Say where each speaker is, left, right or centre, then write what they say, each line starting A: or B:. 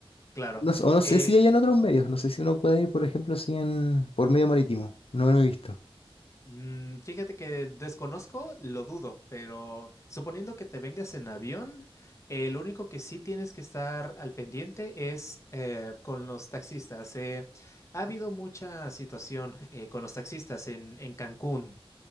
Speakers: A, on the left (about 30°); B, on the left (about 70°).
A: claro.
B: No, s- o no sé
A: Eh,
B: si hay en otros medios, no sé si uno puede ir, por ejemplo, si en, por medio marítimo, no lo he visto.
A: Mm, fíjate que desconozco, lo dudo, pero suponiendo que te vengas en avión, eh, lo único que sí tienes que estar al pendiente es eh, con los taxistas. eh, ha habido mucha situación eh, con los taxistas en, en Cancún